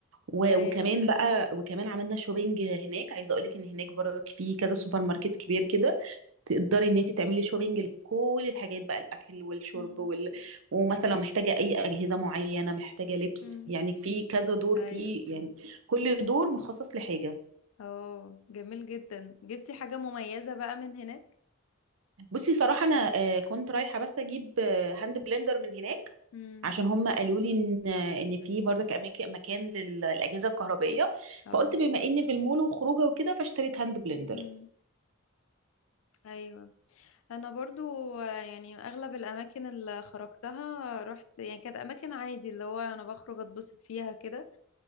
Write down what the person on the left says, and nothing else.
ايوه
مم.
مم.
مم.
ايوه
اه جميل جدا جبتي حاجة مميزة بقى من هناك
امم
اه
امم ايوه انا برضو آه، يعني اغلب الاماكن اللي خرجتها رحت يعني كانت اماكن عادي اللي هو انا بخرج اتبسط فيها كده